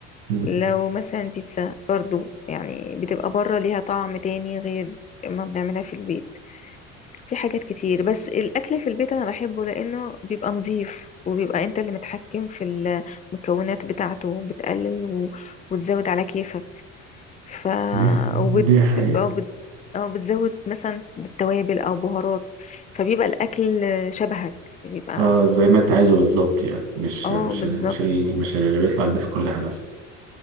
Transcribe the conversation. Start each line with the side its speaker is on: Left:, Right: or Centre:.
Right: مم.
Left: لو مثلا بيتزا برضو يعني بتبقى بره ليها طعم تاني غير ما بنعملها في البيت في حاجات كتير بس الأكل في البيت أنا بحبه لأنه بيبقى نظيف وبيبقى أنت اللي متحكم في المكونات بتاعته بتقلل و... وتزود على كيفك ف
Right: دي
Left: وبت...
Right: دي حقيقة
Left: أو بت... أو بتزود مثلا بالتوابل أو بهارات فبيبقى الأكل شبهك بيبقى
Right: آه زي ما أنت عايزه بالظبط يعني مش
Left: اه
Right: مش
Left: بالظبط
Right: مش ال- مش اللي بيطلع الناس كلها مثلا